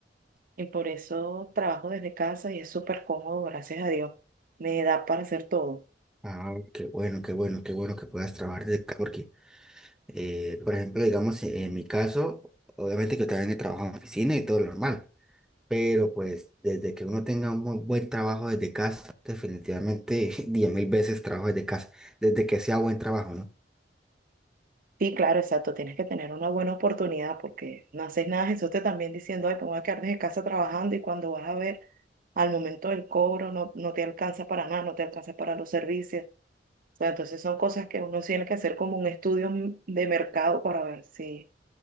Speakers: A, on the right (about 50°); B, in the centre.
A: Y por eso trabajo desde casa y es súper cómodo, gracias a Dios. Me da para hacer todo.
B: Ah, qué bueno, qué bueno, qué bueno que puedas trabajar desde casa porque, eh, por ejemplo, digamos, eh, en mi caso, obviamente que yo también he trabajado en oficina y todo lo normal, pero pues desde que uno tenga un muy buen trabajo desde casa, definitivamente <laughs> diez mil veces trabajo desde casa, desde que sea buen trabajo, ¿no?
A: Sí, claro, exacto. Tienes que tener una buena oportunidad porque no haces nada. Jesús te también diciendo, ay, me voy a quedar desde casa trabajando y cuando vas a ver, al momento del cobro no, no te alcanza para nada, no te alcanza para los servicios. O sea, entonces son cosas que uno tiene que hacer como un estudio m- de mercado para ver si,